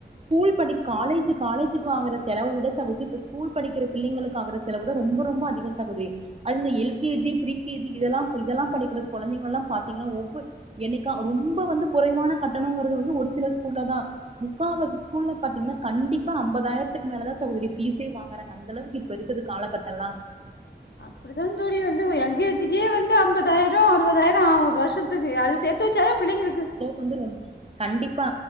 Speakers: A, on the right; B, on the left.
A: ஸ்கூல் படி காலேஜ் காலேஜுக்கு வாங்குற செலவு விட சகோதரி இப்ப ஸ்கூல் படிக்கிற பிள்ளைங்களுக் ஆகுற ஸ் செலவு தா ரொம்பொ ரொம்பொ அதிகோ சகோதரி. அது இந்த L K G pre K G க் இதெல்லாம்ப் இதெல்லாம் படிக்கிற ஸ் கொழந்திங்லெல்லாம் பாத்தீங்கனா ஒவ்வொ என்னைக்கா ரொம்பொ வந்து குறைவான கட்டணோங்கறது வந்து ஒரு சில ஸ்கூல்ல தா. முக்காவாசி ஸ்கூல்ல பாத்தீங்ன்னா கண்டிப்பா அம்பதாயிரத்துக்கு மேலதா சகோதரி ஃபீஸே வாங்குறாங்க. அந்த அளவுக்கு இப்ப இருக்குது காலகட்டல்லா.
B: அப்பிடிதாந் தோழி வந்துவ் எல் கே ஜிக்கே வந்து அம்பதாயிரோ அறுவதாயிரோ ஆவு வருஷத்துக்கு அது சேத்து வெச்சாவே பிள்ளைங்குளுக்கு
A: வந்துரும் கண்டிப்பா